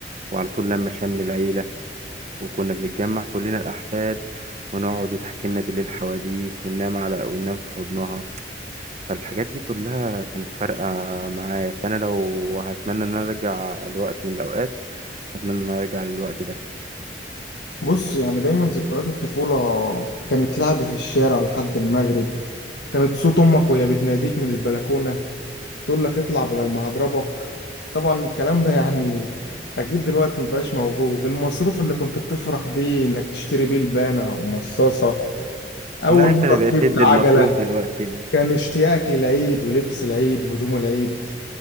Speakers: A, on the right; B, on the left.
A: وعلى طول لما شمل العيلة وكنا بنتجمع كلنا الأحفاد ونقعد وتحكي لنا بالليل حواديت وننام على وننام في حضنها فالحاجات دي كلها كانت فارقة معايا فأنا لو هتمنى إن أنا أرجع لوقت من الأوقات أتمنى إن أنا أرجع للوقت ده
B: بص يعني دايما ذكريات الطفولة كانت لعب في الشارع لحد المغرب كانت صوت امك وهي بتناديك من البلكونة تقول لك اطلع بدل ما هضربك طبعا الكلام ده يعني اكيد دلوقتي مبقاش موجود المصروف اللي كنت بتفرح بيه انك تشتري بيه لبانة او مصاصة اول
A: لا أنت
B: مرة
A: اللي بقيت
B: ركبت
A: تدي
B: عجلة
A: المصروف دلوقتي
B: كان اشتياقك للعيد ولبس العيد وهدوم العيد